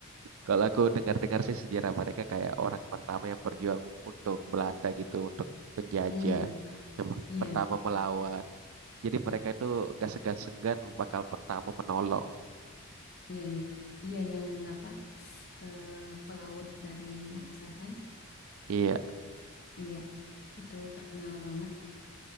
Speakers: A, on the right (about 65°); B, on the left (about 45°).
A: kalau aku dengar-dengar sih sejarah mereka kayak orang pertama yang berjuang untuk Belanda gitu untuk penjajah
B: mm, mm.
A: yang
B: Iya.
A: pertama melawan jadi mereka itu nggak segan-segan bakal pertama menolong
B: Iya, iya. Iya yang apa eh, pelaut dari Makassar kan?
A: iya
B: Iya. Itu terkenal banget